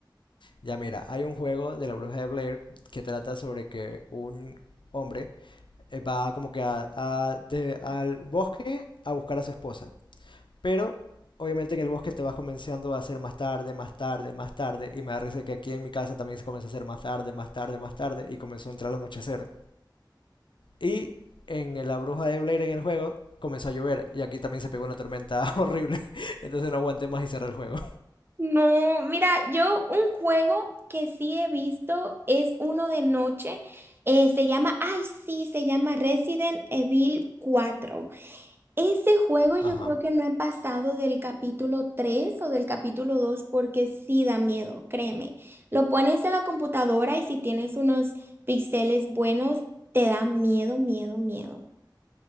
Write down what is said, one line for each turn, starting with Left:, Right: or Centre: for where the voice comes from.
Left: Ya mira, hay un juego de la bruja de Blair que trata sobre que un hombre eh, va como que a- a- de- al bosque a buscar a su esposa. Pero obviamente en el bosque te vas comenzando a hacer más tarde, más tarde, más tarde. Y me da risa que aquí en mi casa también se comenzó a hacer más tarde, más tarde, más tarde. Y comenzó a entrar el anochecer. Y en la bruja de Blair en el juego comenzó a llover. Y aquí también se pegó una tormenta <laughs> horrible. Entonces no aguanté más y cerré el juego.
Right: no, mira, yo un juego que sí he visto es uno de noche, eh, se llama, ay sí, se llama Resident Evil cuatro Ese juego yo
Left: Ajá.
Right: creo que no he pasado del capítulo 3 o del capítulo 2 porque sí da miedo, créeme. Lo pones en la computadora y si tienes unos píxeles buenos, te da miedo, miedo, miedo.